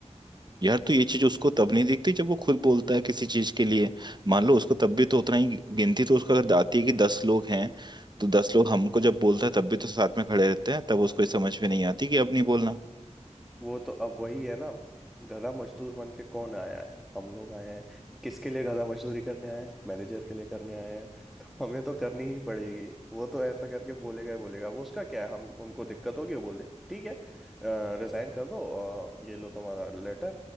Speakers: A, on the right (about 35°); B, in the centre.
A: यार तो ये चीज उसको तब नहीं दिखती जब वो खुद बोलता है किसी चीज के लिए मान लो उसको तब भी तो उतना ही गिनती तो उसको अगर आती है कि दस लोग हैं तो दस लोग हमको जब बोलता है तब भी तो साथ में खड़े रहते हैं तब उसको ये समझ में नहीं आती कि अब नहीं बोलना
B: वो तो अब वही है ना गधा मजदूर बन के कौन आया है हम लोग आए हैं किसके लिए गधा मजदूरी करने आए हैं मैनेजर के लिए करने आए हैं तो हमें तो करनी ही पड़ेगी वो तो ऐसा करके बोलेगा ही बोलेगा वो उसका क्या है हम हमको दिक्कत होगी वो बोल देगा ठीक है रिजाइन कर दो अ, ये लो तुम्हारा लेटर